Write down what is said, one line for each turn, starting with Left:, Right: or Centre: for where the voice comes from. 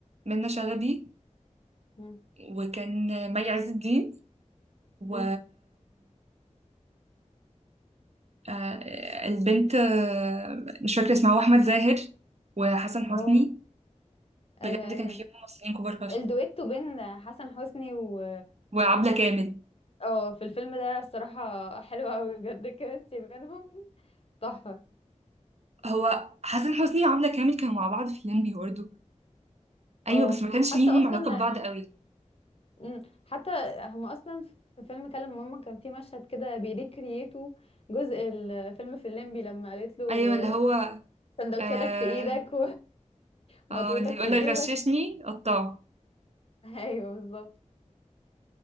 Right: منة شلبي
Left: مم.
Right: وكان آه، مي عز الدين و
Left: مم.
Right: آه البنت آه مش فاكره اسمها واحمد زاهر وحسن حسني
Left: اه ايوه
Right: بجد
Left: ايوه
Right: كان في ممثلين كبار فشخ
Left: الدويتو بين حسن حسني و
Right: وعبلة كامل
Left: اه في الفيلم ده الصراحة حلوة قوي بجد الكيمستري بينهم تحفة
Right: هو حسن حسني وعبلة كامل كانوا مع بعض في الليمبي برضه ايوه
Left: اه
Right: بس ما كانش
Left: حتى
Right: ليهم
Left: اصلا
Right: علاقه ببعض قوي
Left: مم. حتى هم اصلا في فيلم كلم ماما كان في مشهد كده بيريكرييتو جزء الفيلم في الليمبي لما قالت له
Right: ايوه
Left: آه،
Right: اللي هو
Left: سندوتشاتك
Right: آه،
Left: في ايدك ومطوتك
Right: اه اللي يقولك
Left: <laughs> في جيبك
Right: غششني قطعه
Left: ايوه بالظبط